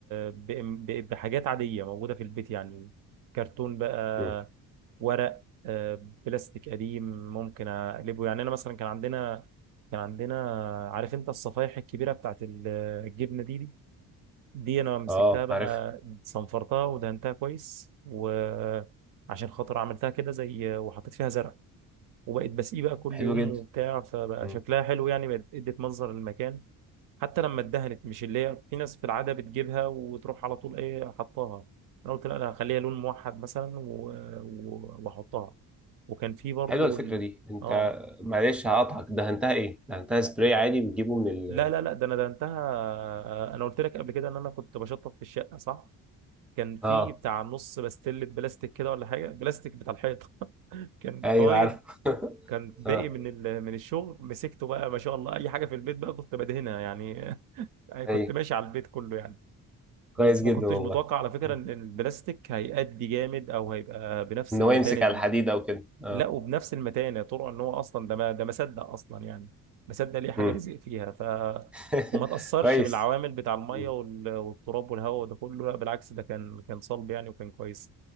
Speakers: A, on the right (about 65°); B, in the centre.
A: ب- ب- بحاجات عاديه موجوده في البيت يعني كرتون بقى
B: مم.
A: ورق آه، بلاستيك قديم ممكن اقلبه يعني انا مثلا كان عندنا كان عندنا عارف انت الصفايح الكبيره بتاعت ال- الجبنه دي دي دي انا مسكتها
B: اه
A: بقى
B: عارف
A: صنفرتها ودهنتها كويس وعشان خاطر عملتها كده زي وحطيت فيها زرع وبقيت بسقيه بقى كل
B: حلو
A: يوم
B: جدا
A: وبتاع فبقى
B: مم.
A: شكلها حلو يعني بقت ادت منظر للمكان حتى لما اتدهنت مش اللي هي في ناس في العاده بتجيبها وتروح على طول ايه حطاها انا قلت لا انا هخليها لون موحد مثلا و- و- واحطها وكان في برضو
B: حلوه الفكره
A: ال...
B: دي انت
A: اه
B: معلش هقطعك دهنتها ايه دهنتها سبراي عادي بتجيبه من ال
A: لا لا لا ده انا ده انتهى انا قلت لك قبل كده ان انا كنت بشطف في الشقه صح كان في
B: اه
A: بتاع نص بستله بلاستيك كده ولا حاجه بلاستيك بتاع الحيطه <laughs> كان
B: ايوه
A: فايض
B: عارف <laughs>
A: كان باقي
B: اه
A: من ال... من الشغل مسكته بقى ما شاء الله اي حاجه في البيت بقى كنت بدهنها يعني <laughs>
B: ايوه
A: كنت ماشي على البيت كله يعني
B: كويس
A: وما
B: جدا
A: كنتش
B: والله
A: متوقع على فكرة
B: مم.
A: ان البلاستيك هيأدي جامد او هيبقى بنفس
B: ان
A: المتانة
B: هو يمسك
A: دي
B: على الحديد او كده اه
A: لا وبنفس المتانة طرق ان هو اصلا ده ما ده ما صدق اصلا يعني ما صدق ليه حاجة
B: مم.
A: رزق فيها ف
B: <laughs>
A: وما تأثرش
B: كويس
A: بالعوامل بتاع المية
B: مم.
A: وال- والتراب والهواء وده كله لا بالعكس ده كان كان صلب يعني وكان كويس